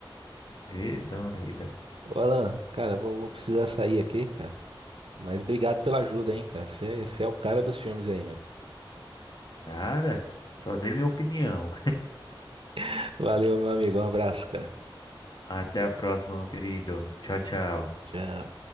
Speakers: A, on the left; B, on the right.
A: vê, dá uma lida.
B: Ô, Alan, cara, vou, vou precisar sair aqui, cara. Mas obrigado pela ajuda, hein, cara. Você é o cara dos filmes aí, meu.
A: Nada, só dei minha opinião.
B: <laughs> Valeu, meu amigo. Um abraço, cara.
A: Até a próxima, meu querido. Tchau, tchau.
B: Tchau.